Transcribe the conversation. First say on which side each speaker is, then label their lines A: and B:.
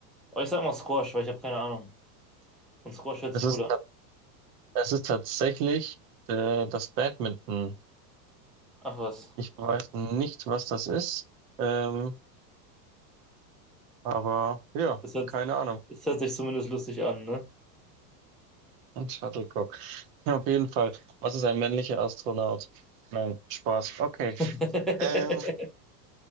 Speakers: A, in the centre; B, on the right.
A: Oh, ich sag mal Squash, weil ich habe keine Ahnung. Und Squash hört
B: Es
A: sich
B: ist,
A: gut an.
B: ta- es ist tatsächlich äh, das Badminton.
A: Ach was.
B: Ich weiß nicht, was das ist, ähm, aber ja,
A: Das hört,
B: keine Ahnung.
A: das hört sich zumindest lustig an, ne?
B: Ein Shuttlecock. <laughs> Auf jeden Fall. Was ist ein männlicher Astronaut? Nein, Spaß. Okay.
A: <laughs>
B: Ähm,